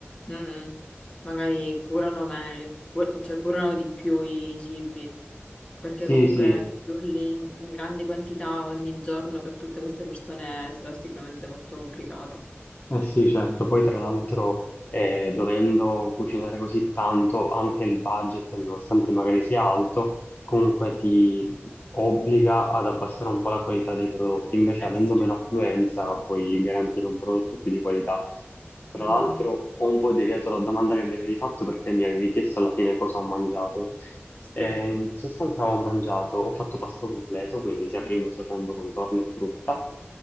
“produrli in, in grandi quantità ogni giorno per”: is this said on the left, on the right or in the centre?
Left